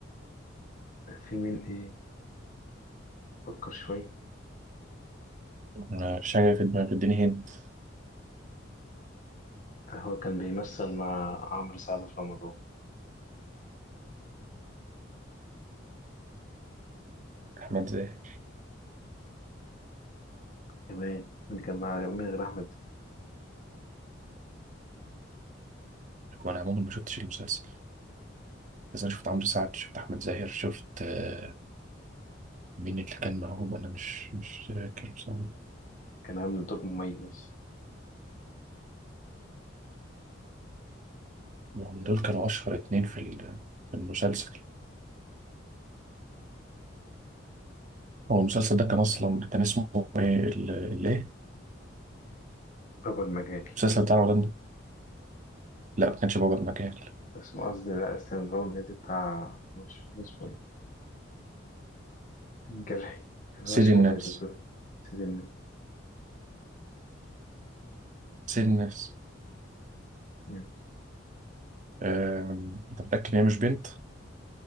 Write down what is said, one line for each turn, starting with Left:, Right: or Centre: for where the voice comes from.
Left: في مين إيه فكر شوية
Right: انا مفيش حاجه في دماغي اديني هنت
Left: ده هو كان بيمثل مع عمرو سعد في رمضان
Right: احمد زاهر
Left: كمان اللي كان مع مين غير أحمد
Right: وانا عموما ما شفتش المسلسل بس انا شفت عمرو سعد شفت احمد زاهر شفت آه، مين اللي كان معاهم انا مش مش فاكر بصراحه
Left: كان عامل دور مميز
Right: وهم دول كانوا اشهر اتنين في ال- في المسلسل هو المسلسل ده كان اصلا كان اسمه ايه ال- ال- ايه
Left: بابا المجال
Right: المسلسل بتاع رمضان ده لا ما كانش بابا المكان
Left: اسمه قصدي لا اسمه بابا المجال بتاع مش فاكر اسمه إيه جرحي أنا
Right: سيد
Left: ما أشوفه
Right: الناس
Left: في المثل سيدنا
Right: سيد الناس
Left: مم.
Right: آم، انت متاكد ان هي مش بنت